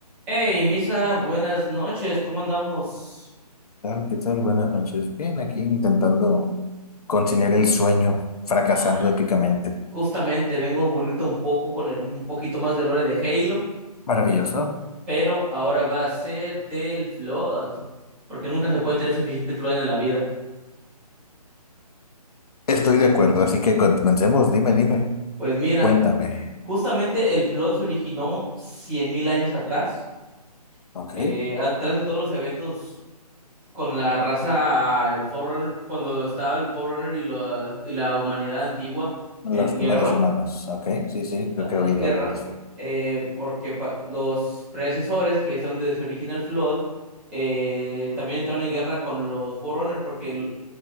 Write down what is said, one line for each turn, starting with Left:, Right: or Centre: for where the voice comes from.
Centre: Hey, Misa, buenas noches, ¿cómo andamos?
Left: tal? ¿Qué tal? Buenas noches. Bien, aquí intentando conciliar el sueño, fracasando
Centre: Ah,
Left: épicamente.
Centre: justamente vengo a un poco con el- un poquito más de lore de Halo,
Left: Maravilloso.
Centre: pero ahora va a ser del Flood, porque nunca se puede tener suficiente Flood en la vida.
Left: Estoy de acuerdo, así que comencemos. Dime, dime.
Centre: Pues mira,
Left: Cuéntame.
Centre: justamente el Flood se originó 100.000 años atrás,
Left: Ok.
Centre: eh, atrás de todos los eventos con la raza, el Forerunner, cuando estaba el Forerunner y, la- y la humanidad antigua
Left: Los
Centre: en
Left: primeros
Centre: guerra.
Left: humanos. Ok. Sí, sí,
Centre: estaban
Left: creo que he oído
Centre: en guerra,
Left: algo al respecto.
Centre: eh, porque pa- los predecesores, que es de donde se origina el Flood, eh, también entraron en guerra con los Forerunners, porque el-